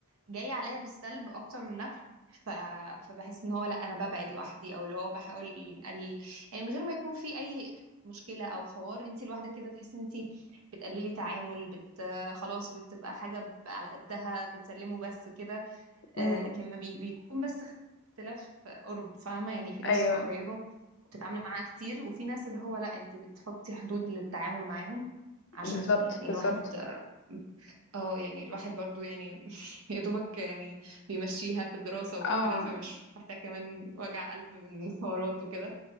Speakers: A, on the right; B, on the left.
A: جاي عليا بالسلب اكتر من نفع ف... فبحس ان هو لا انا ببعد لوحدي او اللي هو بحاول نقلل يعني من غير ما يكون في اي مشكله او حوار انت لوحدك كده تحسي ان انت بتقللي تعامل بت... خلاص بتبقى حاجه على قدها بتسلمه بس كده آه،
B: مم.
A: لكن ما بي بيكون بس اختلاف قرب فاهمة يعني في ناس
B: أيوه
A: تبقى قريبة وتتعاملي معاها كتير وفي ناس اللي هو لا انت بتحطي حدود للتعامل معاهم عشان
B: بالظبط
A: يعني الواحد
B: بالظبط
A: اه يعني الواحد برضو يعني <laughs> يا دوبك يعني بيمشيها في الدراسة وكده
B: اه
A: فمش محتاج كمان وجع قلب من حوارات وكده